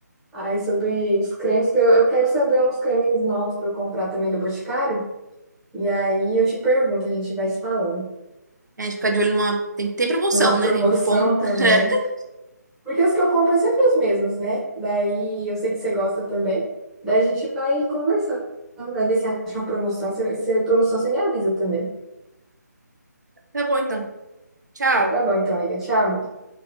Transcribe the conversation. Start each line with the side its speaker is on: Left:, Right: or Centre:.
Centre: Aí sobre os cremes, que eu, eu quero saber uns cremes novos pra eu comprar também do Boticário. E aí eu te pergunto, a gente vai se falando.
Right: É, A gente fica de olho numa. Tem, tem promoção,
Centre: Na
Right: né?
Centre: promoção
Right: Tem cupom.
Centre: também.
Right: <laughs>
Centre: Porque os que eu compro é sempre os mesmos, né? Daí eu sei que você gosta também. Daí a gente vai conversando. Vai ver se acha uma promoção. Se, se é promoção, você me avisa também.
Right: Tá bom, então. Tchau.
Centre: Tá bom, então, amiga. Tchau, amiga.